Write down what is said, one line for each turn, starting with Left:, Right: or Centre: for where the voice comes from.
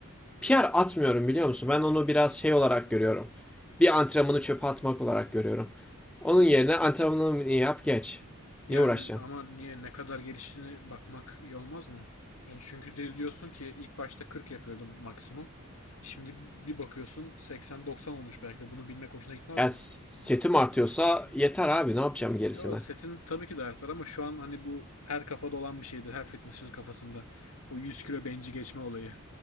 Centre: PR atmıyorum biliyor musun? Ben onu biraz şey olarak görüyorum. Bir antrenmanı çöpe atmak olarak görüyorum. Onun yerine antrenmanını yap geç.
Left: Yani
Centre: Niye uğraşacağım?
Left: ama niye ne kadar geliştiğini bakmak iyi olmaz mı? Yani çünkü de diyorsun ki ilk başta 40 yapıyordum maksimum. Şimdi bir bakıyorsun 80-90 olmuş belki de bunu bilmek hoşuna gitmez
Centre: Ya
Left: mi?
Centre: setim artıyorsa yeter abi ne yapacağım gerisine?
Left: Yo setin tabii ki de artar ama şu an hani bu her kafada olan bir şeydir. Her fitnessçinin kafasında. O 100 kilo benci geçme olayı.